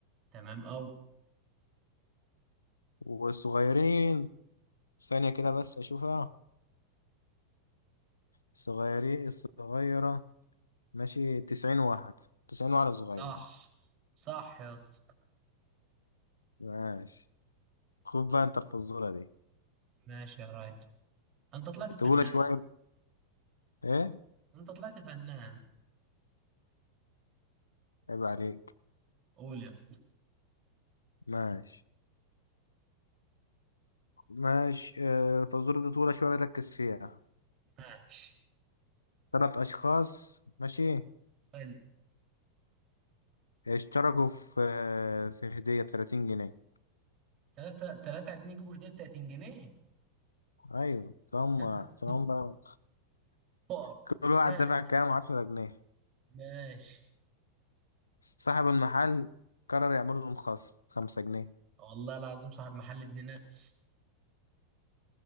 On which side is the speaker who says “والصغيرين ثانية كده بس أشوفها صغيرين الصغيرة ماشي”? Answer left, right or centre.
Left